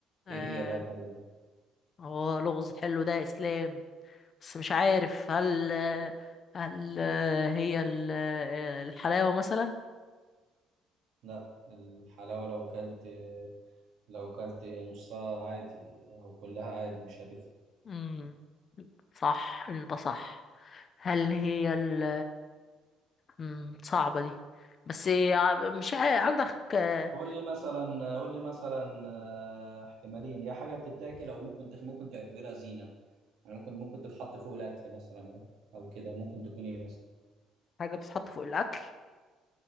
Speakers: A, on the left; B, on the right.
A: اه
B: إيه هي بقى الحاجة دي؟
A: آه، لغز حلو ده يا اسلام بس مش عارف هل هل هي ال- الحلاوة مثلا
B: لا الحلاوة لو كلت لو كلت نصها عادي أو كلها عادي مش هتفرق
A: مم، صح انت صح هل هي ال مم، صعبة دي بس إيه، مش عارف عندك آه،
B: قول لي مثلا قول لي مثلا آه، احتمالين يا حاجه بتتاكل او ممكن تخ... ممكن تعتبرها زينه يعني ممكن ممكن تتحط فوق الاكل مثلا او او كده ممكن تكون ايه مثلا
A: حاجة بتتحط فوق الأكل